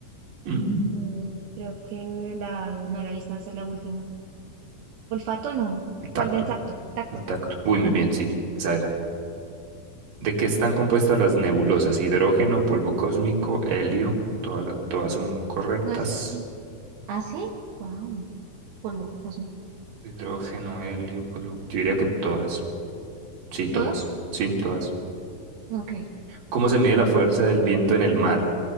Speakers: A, on the right; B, on the right.
A: Mm.
B: Mm, creo que la... No, la vista va a ser la última. Olfato no.
A: El tacto,
B: Tal vez tacto. Tacto.
A: el tacto. Uy, muy bien,
B: Ok.
A: sí, esa era. ¿De qué están compuestas las nebulosas? Hidrógeno, polvo cósmico, helio. Todas, todas son correctas.
B: No es... ¿Ah, sí? Wow. Polvo cósmico.
A: Hidrógeno, helio, polvo. Yo diría que todas. Sí, todas.
B: ¿Todas?
A: Sí, todas.
B: Ok.
A: ¿Cómo se mide la fuerza del viento en el mar?